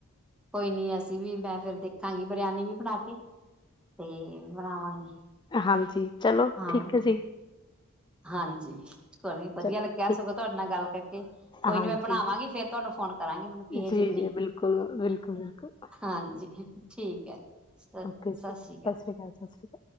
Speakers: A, in the centre; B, on the left (about 20°).
A: ਕੋਈ ਨੀ ਅਸੀਂ ਵੀ ਮੈਂ ਫਿਰ ਦੇਖਾਂਗੀ ਬਰਿਆਨੀ ਵੀ ਬਣਾ ਕੇ ਤੇ ਬਣਾਵਾਂਗੀ
B: ਹਾਂਜੀ ਚਲੋ
A: ਹਾਂ।
B: ਠੀਕ ਹੈ ਜੀ
A: ਹਾਂਜੀ ਕੋ ਨੀ ਵਧੀਆ
B: ਚਲੋ
A: ਲੱਗਿਆ
B: ਠੀਕ
A: ਸਗੋਂ ਤੁਹਾਡੇ ਨਾਲ ਗੱਲ ਕਰਕੇ ਕੋਈ
B: ਹਾਂਜੀ
A: ਨੀ ਮੈਂ ਬਣਾਵਾਂਗੀ ਫੇਰ ਤੁਹਾਨੂੰ ਫੋਨ ਕਰਾਂਗੀ ਮੈਨੂੰ ਕਿਹੋ ਜਿਹੀ
B: ਜੀ
A: ਬਣੀ
B: ਜੀ ਬਿਲਕੁਲ <unintelligible>
A: ਹਾਂਜੀ ਠੀਕ ਹੈ ਜੀ ਸ
B: ਓਕੇ ਜੀ
A: ਸਤਿ ਸ੍ਰੀ ਅਕਾਲ।
B: ਸ਼੍ਰੀ ਸਤਿ ਸ਼੍ਰੀ ਅਕਾਲ